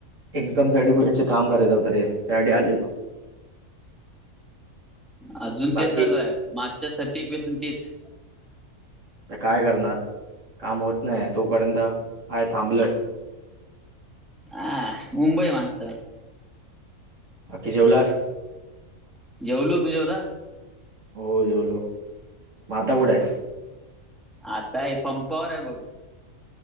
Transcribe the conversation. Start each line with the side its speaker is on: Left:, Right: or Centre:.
Right: इन्कम सर्टिफिकेटचे काम करायच होत रे त्यासाठी आलेलो.
Centre: आजून
Right: बाकी
Centre: तेच चालू आहे मागच्या सटेकपसून तेच
Right: आता काय करणार काम होत नाहीये तोपर्यंत हाय थांबलं.
Centre: आ मुबई माणस
Right: बाकी जेवलास?
Centre: जेवलो, तू जेवलास?
Right: हो जेवलो म आता कुठ आहेस?
Centre: आता ये पंपावर आहे बघ.